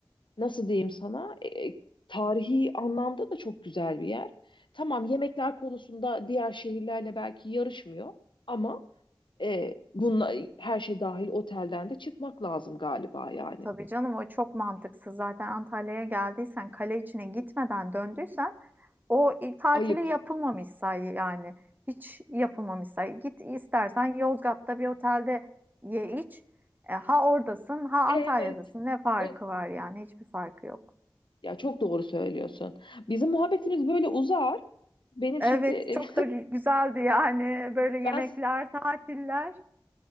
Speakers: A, on the left; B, on the right.
A: nasıl diyeyim sana e, e, tarihi anlamda da çok güzel bir yer. Tamam yemekler konusunda diğer şehirlerle belki yarışmıyor ama e, bununla her şey dahil otelden de çıkmak lazım galiba yani.
B: Tabii canım o çok mantıksız. Zaten Antalya'ya geldiysen kale içine gitmeden döndüysen o il- tatili
A: Ayıp.
B: yapılmamış say yani. Hiç yapılmamış say. Git istersen Yozgat'ta bir otelde ye iç. E, ha oradasın ha Antalya'dasın.
A: Evet.
B: Ne farkı
A: Evet.
B: var yani? Hiçbir farkı yok.
A: Ya çok doğru söylüyorsun. Bizim muhabbetimiz böyle uzar. Benim
B: Evet
A: şimdi
B: çok da gü- güzeldi yani böyle
A: <laughs>
B: yemekler,
A: ben
B: tatiller.